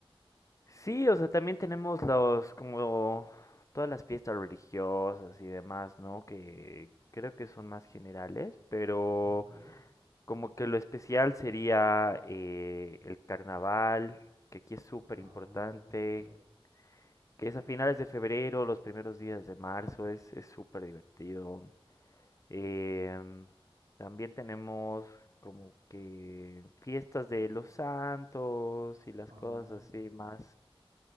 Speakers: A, on the left; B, on the right.
A: Sí, o sea, también tenemos los, como todas las fiestas religiosas y demás, ¿no? Que creo que son más generales, pero
B: Ah, Ok,
A: como que lo especial sería eh, el carnaval, que aquí es súper
B: ah,
A: importante,
B: ok,
A: que es a finales de febrero, los primeros días de marzo, es, es súper divertido. Em, también tenemos como que fiestas de los santos y las
B: ah,
A: cosas así más